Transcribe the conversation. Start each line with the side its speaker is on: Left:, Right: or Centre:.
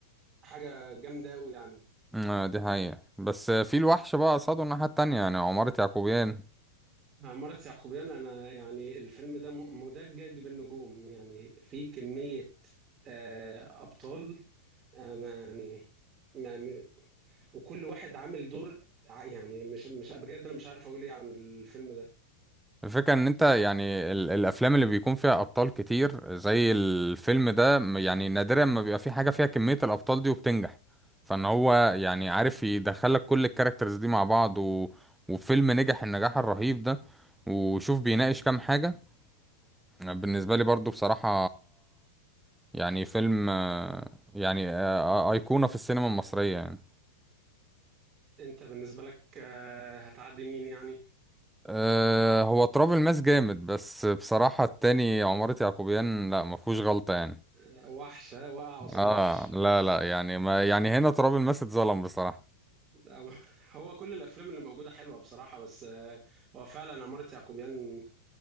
Right: حاجة جامدة قوي يعني
Centre: أه دي حقيقة بس في الوحش بقى قصاده الناحية التانية يعني عمارة يعقوبيان
Right: عمارة يعقوبيان انا يعني الفيلم ده م- مدجج بالنجوم يعني في كمية آه ابطال آه ما يعني وكل واحد عامل دور ع- يعني مش مش بجد انا مش عارف اقول ايه عن الفيلم ده
Centre: الفكرة ان انت يعني ال... الافلام اللي بيكون فيها ابطال كتير زي الفيلم ده م- يعني نادرا ما بيبقى في حاجة فيها كمية الابطال دي وبتنجح فان هو يعني عارف يدخلك كل الكاركترز دي مع بعض و... وفيلم نجح النجاح الرهيب ده وشوف بيناقش كام حاجة بالنسبة لي برضو بصراحة يعني فيلم آه، يعني آه، آه، أيقونة في السينما المصرية يعني
Right: انت بالنسبه لك آه، هتعدي مين يعني
Centre: آه، هو تراب الماس جامد بس بصراحة التاني عمارة يعقوبيان لا ما فيهوش غلطة يعني
Right: آه، وحشه وقع قصاد
Centre: اه
Right: وحش
Centre: لا لا يعني ما يعني هنا تراب الماس اتظلم بصراحة
Right: لا، ب- <laughs> هو كل الافلام اللي موجوده حلوه بصراحه بس آه، هو فعلا عمارة يعقوبيان